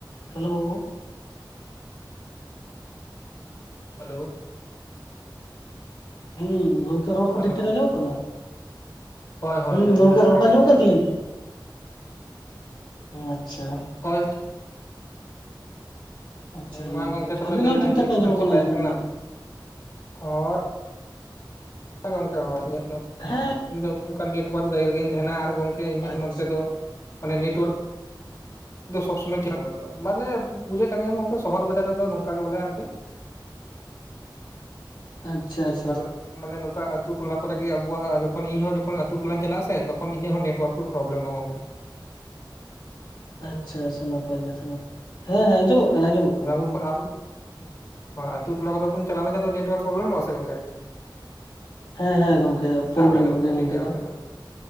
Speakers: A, on the left (about 80°); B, on the left (about 40°).
A: Hello
B: hello
A: ᱦᱮᱸ ᱜᱚᱝᱠᱮ ᱨᱚᱲ ᱠᱚ
B: ᱦᱮᱞᱳ
A: ᱴᱷᱤᱠ ᱴᱷᱟᱠ ᱧᱟᱢᱚᱜ ᱠᱟᱱᱟ
B: ᱦᱳᱭ ᱦᱳᱭ
A: ᱦᱮᱸ
B: ᱟᱸᱡᱚᱢ
A: ᱜᱚᱝᱠᱮ
B: ᱧᱟᱢᱚᱜ
A: ᱨᱚᱲ
B: ᱠᱟᱱᱟ
A: ᱠᱚ ᱟᱡᱚᱢ
B: ᱴᱷᱤᱠ
A: ᱢᱚᱜ ᱠᱟᱱ
B: ᱴᱷᱟᱠ
A: ᱛᱞᱤᱧᱟ ᱟᱪᱷᱟ
B: ᱦᱳᱭ
A: ᱟᱪᱪᱷᱟ
B: ᱢᱟ ᱜᱚᱝᱠᱮ ᱛᱚᱵᱮ
A: ᱟᱵᱤᱱᱟᱜ
B: ᱞᱟᱹᱭ
A: ᱦᱚᱸ
B: ᱵᱮᱱ
A: ᱴᱷᱤᱠ
B: ᱪᱮᱫ
A: ᱴᱷᱟᱠ
B: ᱠᱚᱵᱮᱱ
A: ᱟᱸᱡᱚᱢᱚᱜ
B: ᱪᱮᱠᱟᱭᱮᱫ
A: ᱟᱸᱡᱚᱢ
B: ᱠᱟᱱᱟ
A: ᱫᱚ᱾
B: ᱦᱳᱭ ᱦᱮᱸ ᱜᱚᱝᱠᱮ ᱦᱚᱭ ᱤᱧᱟᱹᱜ ᱫᱚ
A: ᱦᱮᱸᱻ
B: ᱤᱧᱫᱚ ᱚᱱᱠ ᱱᱮᱴᱳᱣᱟᱨᱠ ᱡᱟᱭᱜᱟ ᱨᱮᱜᱤᱧ ᱛᱟᱦᱮᱱᱟ ᱟᱨ ᱜᱚᱢᱠᱮ ᱤᱧᱟᱹᱜ
A: ᱟᱪᱪᱷᱟ
B: ᱱᱚᱛᱮ ᱫᱚ ᱢᱟᱱᱮ ᱱᱮᱴᱳᱣᱟᱨᱠ ᱥᱚᱵ ᱥᱚᱢᱚᱭ ᱵᱟᱞᱮ ᱵᱩᱡᱮᱫ ᱠᱟᱱ ᱜᱮ ᱥᱚᱦᱚᱨ ᱵᱟᱡᱟᱨ ᱨᱮᱫᱚ ᱱᱚᱝᱠᱟ ᱜᱮ ᱵᱚᱞᱮ ᱟᱨᱠᱤ <unintelligible>
A: ᱟᱪᱷᱟ ᱻᱟᱪᱷᱟ
B: ᱟᱫᱚ ᱢᱟᱱᱮ ᱱᱚᱝᱠᱟ ᱟ ᱟᱹᱛᱩ ᱴᱚᱞᱟ ᱠᱚ ᱮ ᱟᱵᱚ ᱡᱚᱠᱷᱚᱱ ᱤᱧ ᱦᱚᱸ ᱡᱚᱠᱷᱚᱱ ᱟᱹᱛᱩ ᱴᱚᱞᱟᱧ ᱪᱟᱞᱟᱜᱼᱟ ᱛᱠᱷᱚᱱ ᱤᱧᱟᱹᱜ ᱦᱚᱸ ᱱᱮᱴᱳᱣᱟᱨᱠ ᱠᱚ ᱯᱨᱚᱵᱞᱮᱢᱚᱜᱼᱟ ᱜᱚᱝᱠᱮ ᱾
A: ᱟᱪᱪᱷᱟ ᱟᱪᱪᱷᱟ ᱱᱟᱯᱟᱭ ᱠᱟᱛᱷᱟ ᱾ <unintelligible> ᱦᱮᱸ ᱦᱮᱸ ᱟᱸᱡᱚᱢᱚᱜ ᱠᱟᱱᱟ ᱟᱸᱡᱚᱢᱚᱜ ᱠᱟᱱᱟ ᱾
B: ᱟᱵᱩᱼᱼ ᱟᱹᱛᱩ ᱴᱚᱞᱟ ᱠᱚᱨᱮ ᱵᱚᱱ ᱪᱟᱞᱟᱣ ᱞᱮᱱᱠᱷᱟᱱ ᱫᱚ ᱱᱮᱴᱚᱣᱟᱨᱠ ᱯᱨᱚᱵᱞᱮᱢᱚᱜᱼᱟ ᱥᱮ ᱜᱚᱝᱠᱮ?
A: ᱦᱮᱸ ᱦᱮᱸ ᱜᱚᱝᱠᱮ
B: ᱥᱮ
A: ᱯᱨᱚᱵᱞᱮᱢᱚᱜ
B: ᱟᱯᱮ ᱴᱷᱮᱡ
A: ᱜᱮᱭᱟ
B: ᱴᱷᱤᱠ
A: ᱱᱚᱱᱛᱮ ᱫᱚ
B: ᱟᱯᱮ ᱥᱮᱫ